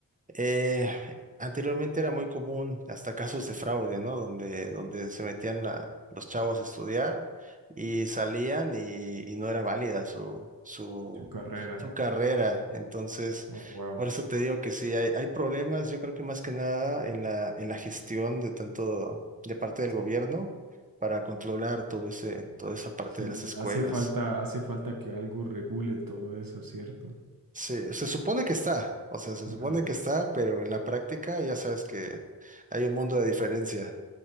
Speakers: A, on the right (about 20°); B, on the right (about 65°).
A: Eh, anteriormente era muy común hasta casos de fraude, ¿no? Donde, donde se metían la- los chavos a estudiar y salían y, y no era válida su, su,
B: Su carrera.
A: su carrera. Entonces,
B: Oh, wow.
A: por eso te digo que sí, hay, hay problemas, yo creo que más que nada en la, en la gestión de tanto de parte del
B: Sí,
A: gobierno para controlar todo ese, toda esa parte
B: sí,
A: de las escuelas.
B: hace falta, hace falta que algo regule todo eso, ¿cierto?
A: Se, se supone que está, o sea, se supone
B: Ajá.
A: que está, pero en la práctica ya sabes que hay un mundo de diferencia.